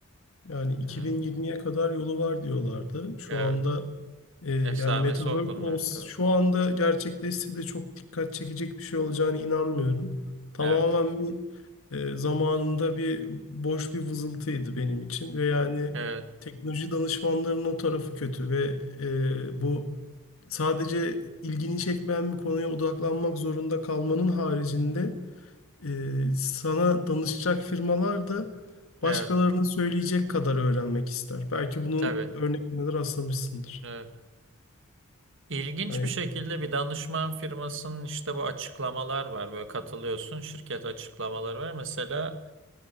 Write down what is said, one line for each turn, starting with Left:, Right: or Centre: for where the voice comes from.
Left: Yani 2020'ye
Right: Ee,
Left: kadar yolu var diyorlardı. Şu
Right: evet.
Left: anda e, yani
Right: Esamesi
Left: Metaverse
Right: okunmuyor.
Left: ols-
Right: Evet.
Left: şu anda gerçekleşse de çok dikkat çekecek bir şey olacağına inanmıyorum. Tamamen
Right: Evet.
Left: bir e, zamanında bir boş bir vızıltıydı benim için ve yani
Right: Evet.
Left: teknoloji danışmanlarının o tarafı kötü ve e, bu sadece ilgini çekmeyen bir konuya odaklanmak zorunda kalmanın haricinde Ee, sana danışacak firmalar da
Right: Evet.
Left: başkalarına söyleyecek kadar öğrenmek ister. Belki bunun
Right: Tabii.
Left: örneklerine de rastlamışsındır.
Right: Evet. İlginç
Left: Hani
Right: bir şekilde bir danışman firmasının işte bu açıklamalar var. Böyle katılıyorsun, şirket açıklamaları var. Mesela